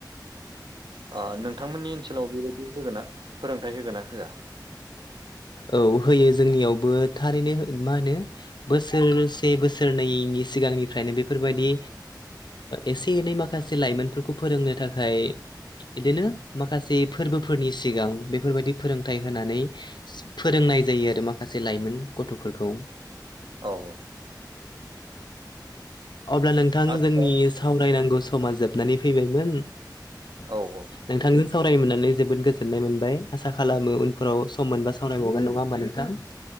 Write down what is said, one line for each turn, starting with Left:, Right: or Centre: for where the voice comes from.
Right: औ नोंथांमोननि ओनसोलाव बेबायदि होगोन ना फोरोंथाइ होगोन ना होआ
Left: औ होयो जोंनियावबो थारैनो मा होनो बोसोरसे बोसोरनैनि सिगांनिफ्रायनो बेफोरबायदि एसे एनै माखासे लाइमोनफोरखौ फोरोंनो थाखाय बिदिनो माखासे फोरबोफोरनि सिगां बेफोरबायदि फोरोंथाइ होनानै फोरोंनाय जायो आरो माखासे लाइमोन गथ'फोरखौ
Right: औ औ
Left: अब्ला नोंथां
Right: आदसा
Left: जोंनि सावरायनांगौ समा जोबनानै फैबायमोन
Right: औ औ
Left: नोंथां सावरायनो मोननानै जोबोद गोजोननाय मोनबाय आसा खालामो उनफोराव सम मोनबा सावरायबावगोन नङा होमबा नोंथां